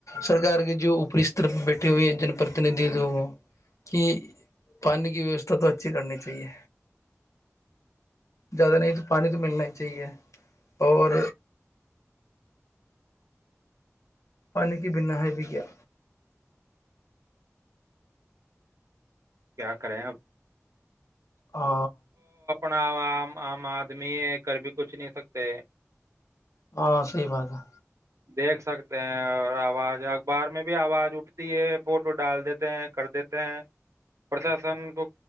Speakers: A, on the left (about 80°); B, on the right (about 75°).
A: سرک کے جو اوپری استر پ بیٹھے ہوئے ہیں جن پرتیندھی تو وہ کہ پ <unintelligible> ویوھا تو اچھی کرنی چاہیے زیادہ نہیں تو پانی تو ملنا ہی چاہیے اور پانی کی بنا ہے بھی کیا
B: کیا کریں آپ
A: ہ
B: ام عام آدمی ہے کھر بھی کچھ نہیں سکتے
A: ہاں صحی بات ہے
B: دیکھ سکتے ہیں اور آواز اخبار میں بھی آواز اٹھتی ہے فوٹو ڈال دیتے ہیں کر دیتے ہیں پرشاسن کو